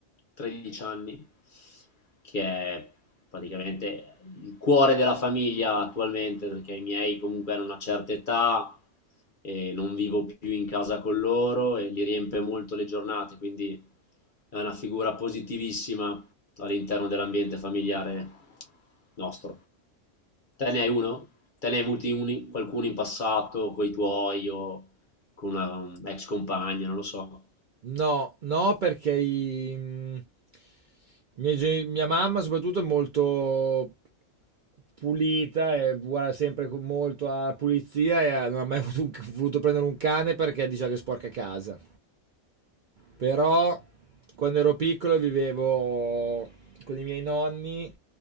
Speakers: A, on the left (about 45°); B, on the right (about 55°).
A: 13 anni, che è praticamente il cuore della famiglia attualmente, perché i miei comunque hanno una certa età e non vivo più in casa con loro e li riempie molto le giornate, quindi è una figura positivissima all'interno dell'ambiente familiare nostro. Te ne hai uno? Te ne hai avuti uni, qualcuno in passato con i tuoi o con una ex compagna, non lo so.
B: No, no, perché i- mh, i miei geni- mia mamma soprattutto è molto pulita e guarda sempre con molto alla pulizia e a- non ha mai <laughs> avuto un- voluto prendere un cane perché diceva che sporca casa. Però quando ero piccolo vivevo con i miei nonni,